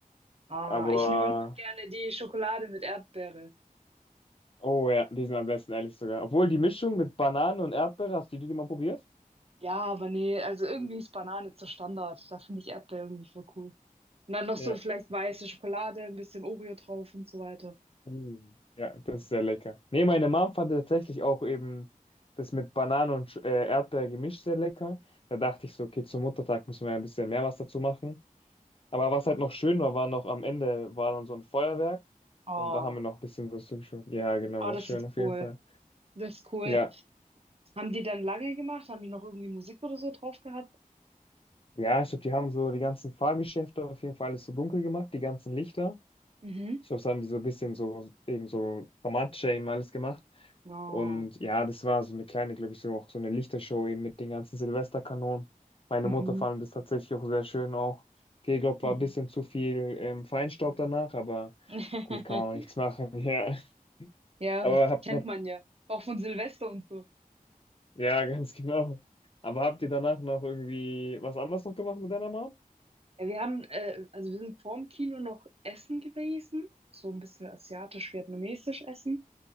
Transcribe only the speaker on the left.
Aber,
oh ja, die sind am besten, ehrlich sogar. Obwohl die Mischung mit Banane und Erdbeere, hast du die mal probiert?
Ja.
Mm. Ja, das ist sehr lecker. Nee, meine Mom fand tatsächlich auch eben das mit Banane und Sch- äh, Erdbeer gemischt sehr lecker. Da dachte ich so, okay, zum Muttertag müssen wir ein bisschen mehr was dazu machen. Aber was halt noch schön war, war noch am Ende war dann so ein Feuerwerk
und da haben wir noch ein bisschen was zugeschaut. Ja, genau,
war
schön
auf jeden
Fall.
Ja,
Ja, ich glaube, die haben so die ganzen Fahrgeschäfte auf jeden Fall alles so dunkel gemacht, die ganzen Lichter.
Ich glaube, das haben die so ein bisschen so eben so Formatsche eben alles gemacht.
Und ja, das war so eine kleine, glaube ich, so auch so eine Lichtershow eben mit den ganzen Silvesterkanonen. Meine
Mutter fand das tatsächlich auch sehr schön auch. Okay, ich glaube,
war ein bisschen zu viel ähm, Feinstaub danach, aber
gut, kann man auch nichts machen. <laughs> Ja,
aber habt,
habt
ja, ganz genau. Aber habt ihr danach noch irgendwie was anderes noch gemacht mit deiner Mom?